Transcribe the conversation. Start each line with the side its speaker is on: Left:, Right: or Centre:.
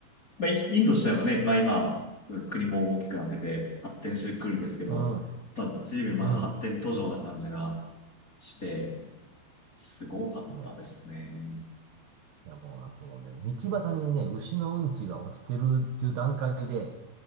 Left: まあ、イインド自体はね、まあ今、国も大きくなってて発展してくるんですけど、
Right: あ、う
Left: まあ随分まだ発展途上な感じが
Right: ん、うん。
Left: して、すごかったですね。
Right: いや、いやもうなんかそのね、道端にね、牛のうんちが落ちてるっていう段階で、